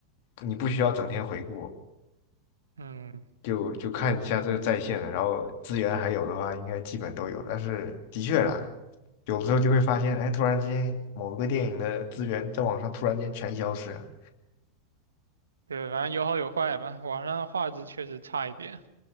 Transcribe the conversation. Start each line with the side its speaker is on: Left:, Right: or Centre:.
Left: 你不需要整天回顾，
Right: 嗯，
Left: 就就看一下这个在线的，然后资源还有的话，应该基本都有。但是的确啦，有的时候就会发现，哎，突然之间某个电影的资源在网上突然间全消失了。
Right: 对，反正有好有坏吧。网上的画质确实差一点，